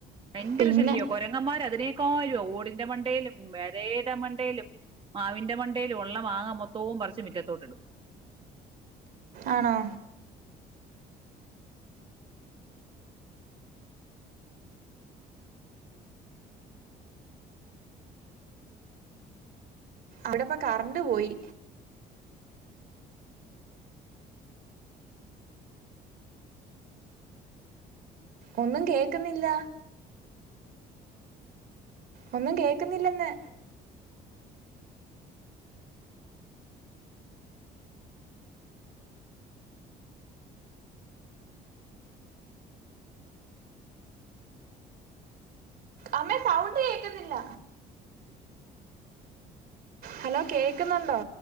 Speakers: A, on the right; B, on the right.
A: ഭയങ്കര
B: പിന്നെ
A: ശല്യോം കൊരങ്ങന്മാര് അതിനേക്കാരും ഓടിന്റെ മണ്ടേയിലും പെരയൻ്റെ മണ്ടേയിലും മാവിന്റെ മണ്ടേയില് ഒള്ള മാങ്ങ മൊത്തവും പറിച്ച് മിറ്റത്തോട്ടിടും
B: ആണോ വിടപ്പ കറണ്ട് പോയി ഒന്നും കേക്കുന്നില്ല ഒന്നും കേക്കുന്നില്ലന്ന് അമ്മേ സൗണ്ട് കേക്കുന്നില്ല ഹലോ കേക്കുന്നുണ്ടോ